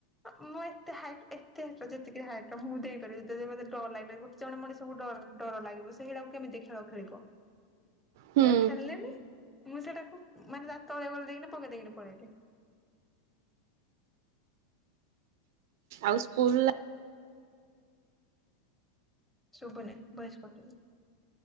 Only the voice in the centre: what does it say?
ମୁଁ ଏତେ ହାଇଟ୍ ଏତେ ହଟ ଯେତିକି ହାଇଟ ର ମୁଁ ଦେଇପାରିବି <inaudible> ମତେ ଡ ଲାଗେ। ଜଣେ ମଣିଷକୁ ଡ ଡର ଲାଗିବ ସେଇଗଳିାକୁ କେମିତି ଖେଳ ଖେଳିବ।
ଆଉ ଖେଳିଲନି ମୁଁ ସେଟାକୁ ମାନେ ତଳେ ଗଳେ ଦେଇକି ପକେଇ ଦେଇକିନି ପଳେଇଲି।
ଶୁଭୁନି ଭଏସ କଟୁଚି।